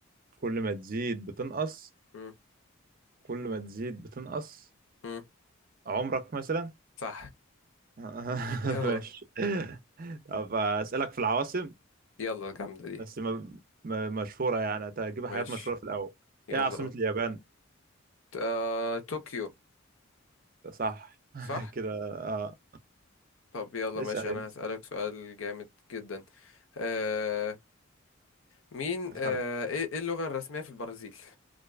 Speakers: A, on the right; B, on the left.
A: كل ما تزيد بتنقص
B: مم.
A: كل ما تزيد بتنقص
B: مم.
A: عمرك مثلا
B: صح
A: <laughs>
B: يلا
A: ماشي طب اسالك في العواصم
B: يلا جامدة دي
A: بس ما م... مشهوره يعني هتجيب حاجات
B: ماشي
A: مشهوره في الاول
B: يلا
A: ايه عاصمه
B: قول.
A: اليابان
B: آه، طوكيو
A: صح <laughs>
B: صح
A: كده اه
B: طب يلا
A: اسال
B: ماشي
A: انت
B: أنا هسألك سؤال جامد جدا آه، مين آه،
A: خل...
B: إيه إيه اللغة الرسمية في البرازيل